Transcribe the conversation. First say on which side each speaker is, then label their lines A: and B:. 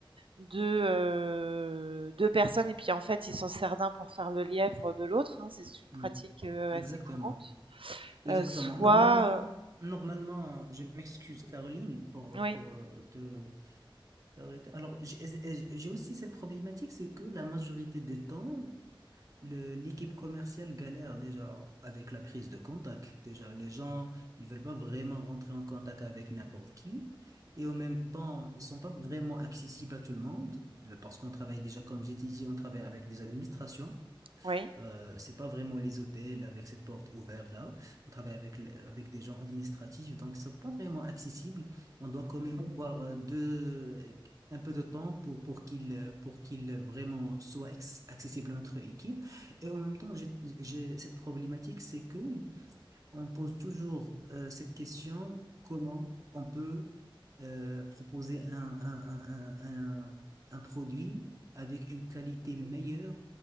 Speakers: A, on the right (about 75°); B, on the right (about 40°).
A: deux, euh, deux personnes et puis en fait, il s'en sert d'un pour faire le lièvre de l'autre hein, C'est une
B: Mm.
A: pratique euh,
B: Exactement.
A: assez courante.
B: Exactement.
A: Euh, soit...
B: Normalement,
A: euh,
B: normalement, je m'excuse, Caroline, pour,
A: oui,
B: pour euh, te t'arrêter. Alors, j'ai j'ai- j'ai aussi cette problématique, c'est que la majorité des temps, le- l'équipe commerciale galère déjà avec la prise de contact. Déjà, les gens, ils veulent pas vraiment rentrer en contact avec n'importe qui. Et en même temps, ils sont pas vraiment accessibles à tout le monde. euh, Parce qu'on travaille déjà, comme j'ai dit, on travaille avec des administrations.
A: oui.
B: Euh, c'est pas vraiment les hôtels avec cette porte ouverte là. On travaille avec, le- avec des gens administratifs, donc ils sont pas vraiment accessibles. On doit quand même avoir euh, deux, un peu de temps pour, pour qu'ils euh, pour qu'ils euh, vraiment soient acc- accessibles à notre équipe. Et en même temps, j'ai j'ai cette problématique, c'est que on pose toujours euh, cette question, comment on peut euh, proposer un, un, un, un, un- un produit avec une qualité meilleure,